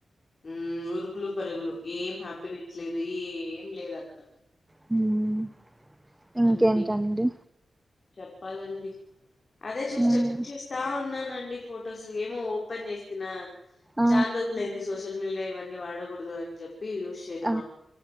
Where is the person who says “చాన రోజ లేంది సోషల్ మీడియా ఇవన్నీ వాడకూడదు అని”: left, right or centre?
Left